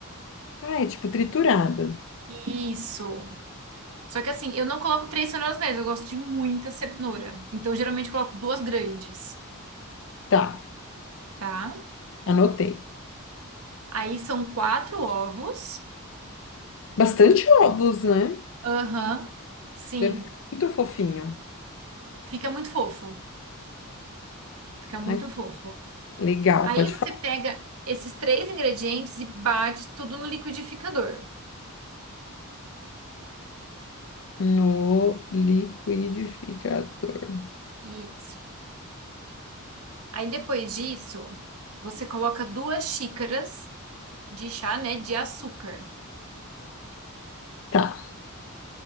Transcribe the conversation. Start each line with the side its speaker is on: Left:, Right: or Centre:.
Left: Ah, é tipo triturada.
Right: Isso. Só que assim, eu não coloco três cenouras médias, eu gosto de muita cenoura. Então, geralmente, eu coloco duas grandes,
Left: Tá,
Right: tá?
Left: anotei.
Right: Aí são quatro ovos.
Left: Bastante ovos, né?
Right: Aham. Sim.
Left: Deve ficar muito fofinho.
Right: Fica muito fofo. Fica muito
Left: Ai,
Right: fofo.
Left: legal,
Right: Aí
Left: pode
Right: você
Left: falar.
Right: pega esses três ingredientes e bate tudo no liquidificador.
Left: No liquidificador.
Right: Isso. Aí depois disso, você coloca duas xícaras de chá, né, de açúcar.
Left: Tá.